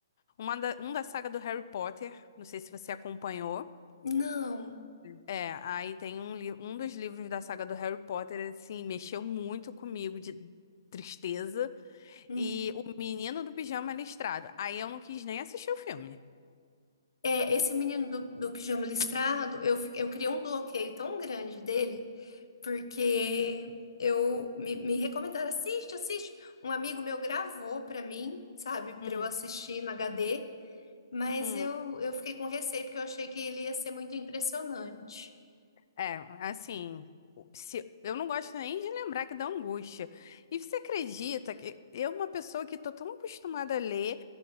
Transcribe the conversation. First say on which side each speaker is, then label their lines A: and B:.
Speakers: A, on the left; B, on the left.
A: uma da, um da saga do Harry Potter, não sei se você acompanhou.
B: Não.
A: É, aí tem um, li- um dos livros da saga do Harry Potter assim mexeu muito comigo de tristeza
B: Hum.
A: e o Menino do Pijama Listrado. Aí eu não quis nem assistir o filme.
B: É, esse menino do, do pijama listrado, eu, fi- eu criei um bloqueio tão grande dele. porque eu me, me recomendaram, assiste, assiste. Um amigo meu gravou para mim, sabe,
A: Hum.
B: para eu assistir no HD, mas
A: Hum.
B: eu, eu fiquei com receio porque eu achei que ele ia ser muito impressionante.
A: É, assim, o- se, eu não gosto nem de lembrar que dá angústia. E você acredita que eu, uma pessoa que tô tão acostumada a ler,